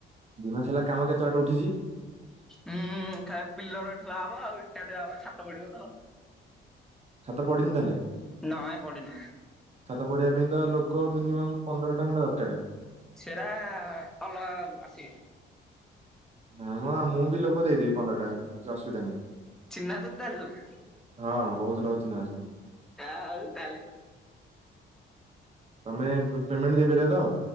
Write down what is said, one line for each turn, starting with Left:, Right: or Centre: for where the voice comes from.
Right: ଦିମାସ ହେଲା କାମ କେତେ ବାଟେ ଉଠିଛି
Centre: ହୁଁ ଖା ପିଲର ଠୁଆ ହବ ଆଉ ଇଟା ଥୁଆ ହବ ଛାତ ପଡିବ ତ।
Right: ଛାତ ପଡିନି ତାହେଲେ
Centre: ନାଇଁ ପଡିନି
Right: ଛାତ ପଢିବା ପାଇଁ ତ ଲୋକ ମିନିମମ୍ ପନ୍ଦରଟା ଖଣ୍ତେ ଦରକାରେ।
Centre: ସେରା ଅଲଗା ଆସିବେ।
Right: ନା ମ ମୁଁ ବି ଲୋକ ଦେଇଦେବି ପନ୍ଦର ଟା କିଛି ଅସୁବିଧା ନାହିଁ।
Centre: ଚିହ୍ନା ଅଛନ୍ତି ତାହେଲେ ସବୁ।
Right: ହଁ ବହୁତ ଲୋକ ଚିହ୍ନା ଅଛନ୍ତି।
Centre: ଯା ଆଉ ଡାଲି।
Right: ତମେ ପେ ପେମେଣ୍ଟ ଦେଇପାରିବ ତ